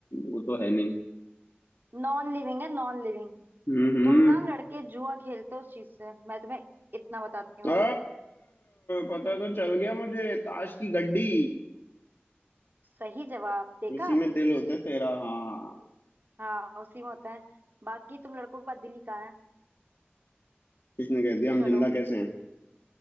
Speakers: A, on the left; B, on the right.
A: वो तो है नहीं
B: नॉन लिविंग है नॉन लिविंग
A: हम्म हम्म
B: तुम ना लड़के जुआ खेलते हो उस चीज से मैं तुम्हें इतना बताती हूँ
A: आ, पता तो चल गया मुझे ताश की गड्डी
B: सही जवाब देखा
A: उसी में दिल होता है तेरा हाँ
B: हाँ उसी में होता है बाकी तुम लड़कों के पास दिल ही कहाँ है
A: किसने कह दिया हम
B: चलो
A: जिंदा कैसे हैं